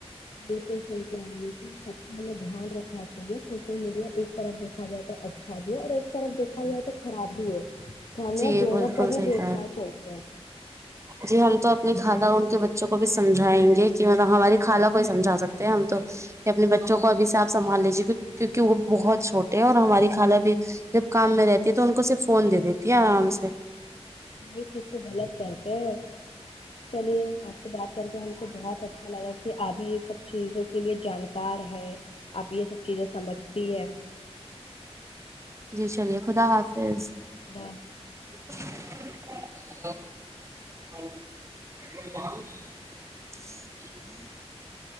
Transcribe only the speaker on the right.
جی
بالکل
صحیح
کہا
جی ہم تو اپنی کھالہ ان کے بچوں کو بھی سمجھائیں گے کہ مطلب ہماری خالہ کو ہی سمجھا سکتے ہیں ہم تو کہ اپنے بچوں کو ابھی سے آپ سنبھال لیجیے کیونکہ وہ بہت چھوٹے ہیں اور ہماری خالہ بھی جب کام میں رہتی ہے تو ان کو صرف فون دے دیتی ہے آرام سے
جی چلیے خدا حافظ
<inaudible> <unintelligible>